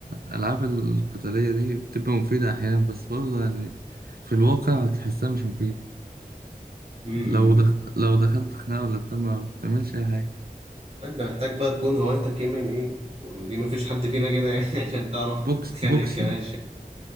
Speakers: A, on the right; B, on the right.
A: الألعاب القتالية دي بتبقى مفيدة أحيانا بس برضه يعني في الواقع تحسها مش مفيد
B: دي
A: لو دخ... لو دخلت خناقة ولا بتاع ما بتعملش أي حاجة
B: انت محتاج بقى تكون هوايتك ام ام ايه ودي مفيش حد فينا كده يعني <laughs> عشان تعرف
A: بوكس
B: تتخانق
A: بوكسينج
B: خناقه